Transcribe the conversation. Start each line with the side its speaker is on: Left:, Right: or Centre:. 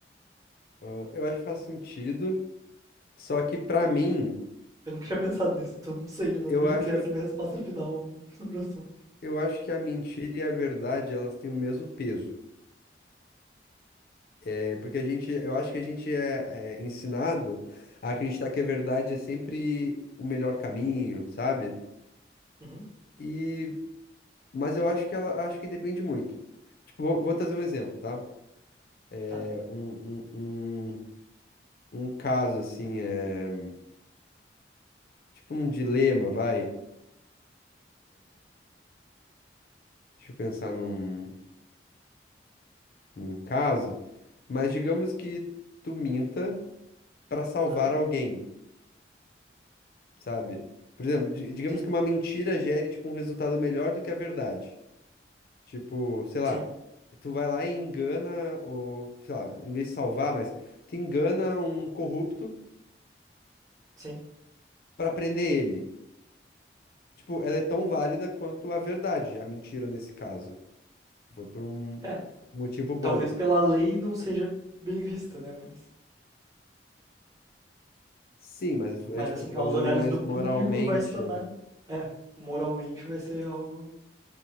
Left: Ah, eu acho que faz sentido. Só que pra mim,
Right: Eu nunca tinha pensado nisso, então não sei exatamente
Left: eu acho,
Right: se essa é a minha resposta final sobre o assunto.
Left: eu acho que a mentira e a verdade, elas têm o mesmo peso. É porque a gente, eu acho que a gente é, é ensinado a acreditar que a verdade é sempre o melhor caminho, sabe?
Right: Uhum,
Left: E, mas eu acho que ela, acho que depende muito. Tipo, vou, vou trazer um exemplo, tá?
Right: tá,
Left: É, um, um, um, um caso assim, é tipo um dilema, vai. Deixa eu pensar num, num caso. Mas digamos que tu minta pra salvar
Right: tá.
Left: alguém. sabe? Por exemplo, di- digamos
Right: Sim,
Left: que uma mentira gere, tipo, um resultado melhor do que a verdade. Tipo, sei lá,
Right: sim,
Left: tu vai lá e engana, ou, sei lá, em vez de salvar, mas tu engana um corrupto
Right: sim.
Left: pra prender ele. Tipo, ela é tão válida quanto a verdade, a mentira nesse caso. Foi por um
Right: É,
Left: motivo bom.
Right: talvez pela lei não seja bem vista, né? Mas,
Left: Sim, mas eu tô-
Right: mas
Left: é, tipo,
Right: assim,
Left: eu tô falando
Right: aos olhares
Left: mais
Right: do público
Left: moralmente.
Right: vai se tornar, é, moralmente vai ser algo